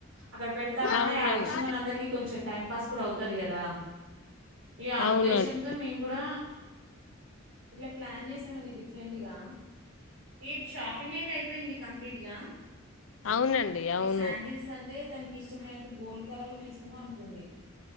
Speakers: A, on the right; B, on the left.
A: అక్కడ పెడతా
B: అవునండి
A: యా వచ్చినోళ్లందరికీ కొంచెం టైం పాస్ కూడా అవుతది కదా ఇగ ఆ
B: అవునండి
A: ఉద్దేశంతో మేం కూడ ఇట్లా ప్లాన్ చేసామండి డిఫరెంట్గా ఏ షాపింగ్ అయితే అయిపోయింది కంప్లీట్ గా
B: అవునండి అవును
A: సండీల్స్ అంటే తన ఇష్టటు గోల్డ్ కలర్ లో తీసుకుందామనినుకుంది